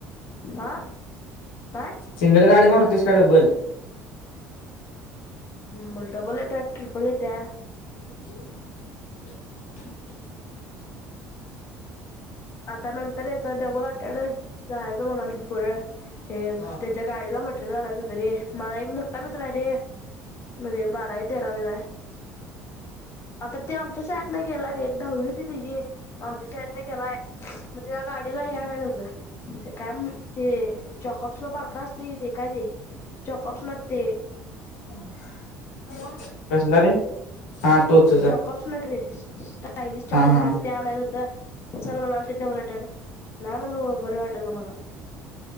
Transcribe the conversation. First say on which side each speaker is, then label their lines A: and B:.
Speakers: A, on the left; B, on the left.
A: हा काय
B: सिंगल गाडी मारताय डबल
A: मग डबल येत्या ट्रिपल येत्या.
B: <inaudible>
A: आता नंत तर तर डबल आटड जायचं म्हणाल तर हे
B: हा
A: त्याच्या गाडीला म्हट ला ना त तरी मलाई मुठा मतला रे म्हणजे बारा आहे तेरावेलाय! आता ते आमच्या शाळेत नाही गेलाय रेट दहावी होती त्याची आमच्या शाळेत नाही गेलाय <unintelligible> मग त्या गाडीला याच होतं, ते काय ते... चॉकप्स बारकाा असत येते काय ते चॉकप्स न ते <inaudible>
B: <unintelligible> कसला रे हा टोचूचा
A: चॉकप नट रे स्टायलिश चॉकप
B: हा हा
A: नट त्या नाहीत होत सलमानलाल <inaudible> वल वाटव नाही <inaudible> म्हला बर वाटा ना मला